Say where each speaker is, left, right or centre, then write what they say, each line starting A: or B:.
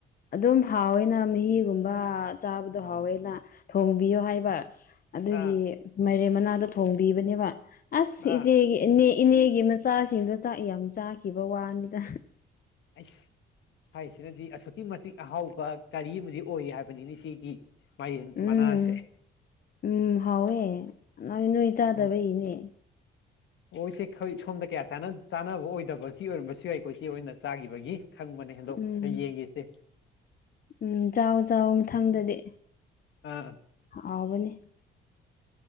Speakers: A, on the left (about 45°); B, on the left (about 70°).
A: ꯑꯗꯨꯝ ꯍꯥꯎꯋꯦꯅ ꯃꯍꯤꯒꯨꯝꯕ ꯆꯥꯕꯗꯣ ꯍꯥꯎꯋꯦꯅ ꯊꯣꯡꯕꯤꯌꯣ ꯍꯥꯏꯕ ꯑꯗꯨꯒꯤ
B: ꯑꯥ
A: ꯃꯥꯏꯔꯦꯝ ꯃꯅꯥꯗ ꯊꯣꯡꯕꯤꯕꯅꯦꯕ ꯑꯁ
B: ꯑꯥ
A: ꯏꯆꯦꯒꯤ ꯏꯅꯦ ꯏꯅꯦꯒꯤ ꯃꯆꯥꯁꯤꯡꯗꯣ ꯆꯥꯛ ꯌꯥꯝ ꯆꯥꯈꯤꯕ ꯋꯥꯅꯤꯗ
B: ꯑꯩꯁ ꯍꯥꯏꯔꯤꯁꯤꯅꯗꯤ ꯑꯁꯨꯛꯀꯤ ꯃꯇꯤꯛ ꯑꯍꯥꯎꯕ ꯀꯔꯤ ꯑꯃꯗꯤ ꯑꯣꯏ ꯍꯥꯏꯕꯅꯤꯅꯤ ꯁꯤꯒꯤ ꯃꯥꯏꯔꯦꯟ
A: ꯎꯝ
B: ꯃꯅꯥꯁꯦ
A: ꯎꯝ ꯍꯥꯎꯋꯦ ꯅ ꯅꯣꯏ ꯆꯥꯗꯕꯩꯅꯦ
B: ꯑꯣ ꯑꯣ ꯏꯆꯦ ꯁꯣꯝꯗ ꯀꯌꯥ ꯆꯥꯅꯕ ꯑꯣꯏꯗꯕꯒꯤ ꯑꯣꯏꯔꯝꯕꯁꯨ ꯌꯥꯏꯀꯣ ꯏꯆꯦ ꯑꯣꯏꯅ ꯆꯥꯈꯤꯕꯒꯤ ꯈꯪꯕꯅꯦ ꯍꯟꯗꯣꯛ
A: ꯎꯝ
B: ꯌꯦꯡꯉꯦꯁꯦ
A: ꯎꯝ ꯆꯥꯎ ꯆꯥꯎ ꯃꯊꯪꯗꯗꯤ
B: ꯑꯥ
A: ꯍꯧꯕꯅꯦ